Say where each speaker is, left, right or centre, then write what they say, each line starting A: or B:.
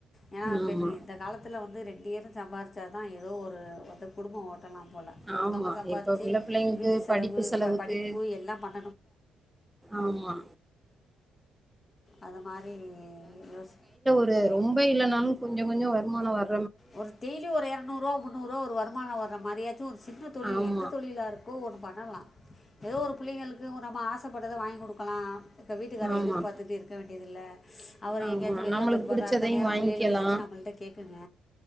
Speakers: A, on the left; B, in the centre.
A: ஏனா
B: ஆமா
A: பெண் இந்த காலத் துல வந்து ரெண்டுபெரு சம்பாரிச்சா தான் ஏதோ ஒரு வந்து குடும்பம் ஓட்டலாம் போல ஒருத்தங்க
B: ஆமா
A: சம்பாதிச்சி
B: இப்ப உள்ள பிள்ளைங்களுக்கு
A: வீட்டு செலவு
B: படிப்பு செலவுக்கு
A: படிப்பு எல்லாம் பன்
B: ஆமா
A: அத மாறி யோசி
B: அது ரொம்ப இல்லனாலு கொஞ்சோ கொஞ்சோ வருமான வர்
A: ஒரு டேய்லி ஒரு எறநூறுவா முன்னூறுவா ஒரு வருமான வர்ற மாறியாச்சு ஒரு சின்ன தொழில்
B: ஆமா
A: எந்த தொழிலாருக் கு ஒன்னு பண்ணலா ஏதோ ஒரு புள்ளைங்களுக்கு நம்ம ஆசப்பட்டத வாங்கி குடுக்கலா இப்ப வீட்டுக்கார
B: ஆமா
A: எதிர்பார்த்துட்டு இருக்க வேண்டியதில்ல அவர்
B: ஆமா
A: எங்கயாச்சு வெள்ள
B: நம்மளுக்கு
A: போய்ருப்பார்
B: புடிச்சதையு
A: அந்த நேரோ
B: வாங்கிக்கலா
A: புள்ளைள்வோ ஏதாச்சு நம்மள்ட கேட்குங்க